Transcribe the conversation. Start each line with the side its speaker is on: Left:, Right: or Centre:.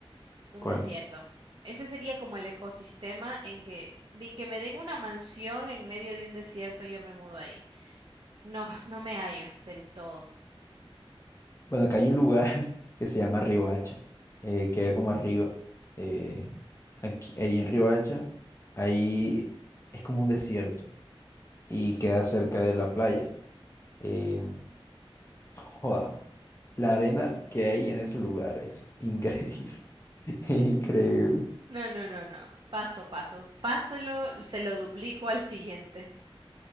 Right: Un
Left: ¿Cuál?
Right: desierto. Ese sería como el ecosistema en que ni que me den una mansión en medio de un desierto, yo me mudo ahí. No, <laughs> no me hallo del todo.
Left: Bueno, acá hay un lugar <laughs> que se llama Riohacha, eh, queda como arriba. eh, aquí, ahí en Riohacha, ahí es como un desierto y queda cerca de la playa. Eh, joda, la arena que hay en ese lugar es increíble, <laughs> increíble.
Right: No, no, no, no. Paso, paso. Páselo, se lo duplico al siguiente.